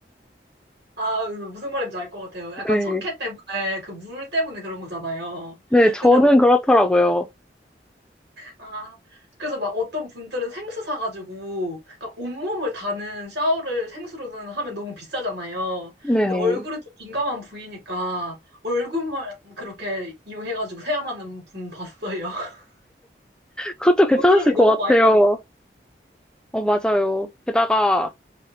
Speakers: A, on the right; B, in the centre.
A: 아, 무슨 말인지 알 것 같아요. 약간
B: 네.
A: 석회 때문에, 그 물 때문에 그런 거잖아요.
B: 네, 저는
A: 근데 막,
B: 그렇더라고요.
A: 아, 그래서 막 어떤 분들은 생수 사가지고, 그러니까 온몸을 다는 샤워를 생수로는 하면 너무 비싸잖아요.
B: 네네.
A: 근데 얼굴은 좀 민감한 부위니까, 얼굴만 그렇게 이용해가지고 세안하는 분 봤어요. <laughs>
B: 그것도 괜찮았을
A: 여드름이
B: 것
A: 너무
B: 같아요.
A: 많이 나니까.
B: 어, 맞아요. 게다가